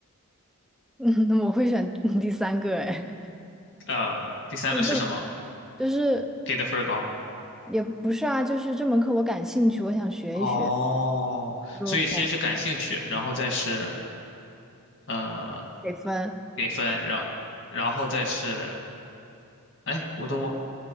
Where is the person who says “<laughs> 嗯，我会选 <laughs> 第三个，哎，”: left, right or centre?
Centre